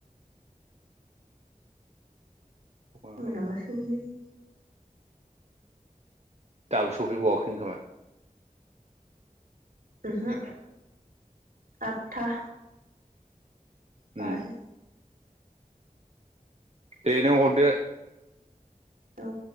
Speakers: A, on the right; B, on the right.
A: दखानाव
B: मोनाबासो
A: थायोना
B: सौफैखायो।
A: दाबो सफै बावाखैनो खोमा?
B: उमहु आदथा। बारो।
A: उम दे नों हरदो।
B: औ।